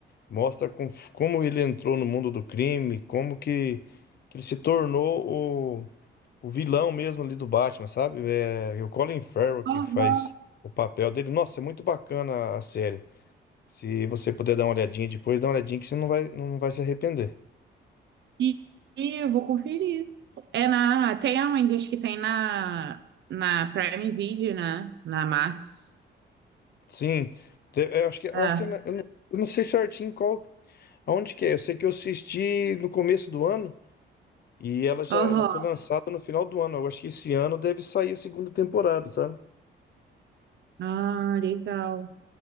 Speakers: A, on the left (about 55°); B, on the right (about 65°).
A: Mostra com- como ele entrou no mundo do crime, como que, que ele se tornou o, o vilão mesmo ali do Batman, sabe? É, é o Colin Farrell que
B: Aham.
A: faz o papel dele. Nossa, é muito bacana a série. Se você puder dar uma olhadinha depois, dá uma olhadinha que você não vai, não vai se arrepender.
B: E, e eu vou conferir. É na. Tem aonde? Acho que tem na, na Prime Video, né? Na Max.
A: Sim, te- eu acho que, eu
B: É.
A: acho que eu não, eu não sei certinho qual, aonde que é. Eu sei que eu assisti no começo do ano e ela já,
B: Aham.
A: ela foi lançada no final do ano. Eu acho que esse ano deve sair a segunda temporada, sabe?
B: Ah, legal.